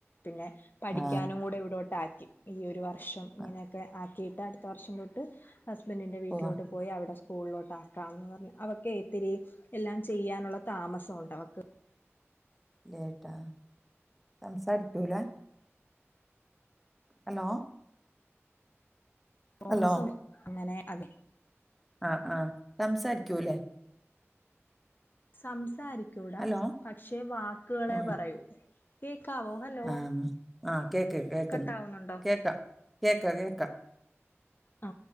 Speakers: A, on the left; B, in the centre.
A: പിന്നെ പഠിക്കാനും
B: ആ,
A: കൂടെ ഇവിടോട്ടാക്കി. ഈ ഒരു വർഷം ഇങ്ങനെയൊക്കെ
B: ആ.
A: ആക്കിയിട്ട്. അടുത്ത വർഷം തൊട്ട് ഹസ്ബൻഡിൻ്ന്റെ വീട്ടിലോട്ട്
B: പോവാ
A: പോയി അവിടെ സ്കൂളിലോട്ട് ആക്കാം മന്ന് പറഞ്ഞ്. അവക്ക് ഇത്തിരി എല്ലാം ചെയ്യാനുള്ള താമസമുണ്ട്. അവക്ക്
B: ലേട്ടാ സംസാരിക്കൂലേ? ഹലോ?
A: തോമസം
B: ഹലോ
A: അങ്ങനെ അതെ
B: ആ ആ. സംസാരിക്കൂല്ലേ?
A: സംസാരിക്കൂലാ.
B: ഹലോ
A: പക്ഷെ വാക്കുകളെ
B: ആ
A: പറയൂ. കേക്കാവോ ഹലോ.
B: ആ ആ കേക്ക് കേൾക്ക്ന്ന്.
A: കട്ടാവുന്നുണ്ടോ
B: കേൾക്കാം കേക്ക കേൾക്കാം.
A: ആ